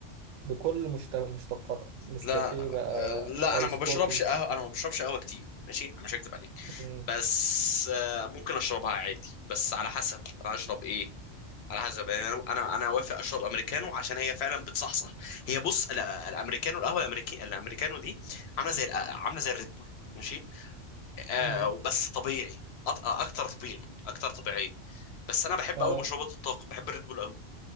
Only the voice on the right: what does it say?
بكل مشت- مشتقاتها نسكافيه
بقى
ايس
كوفي
مم.
امم
اه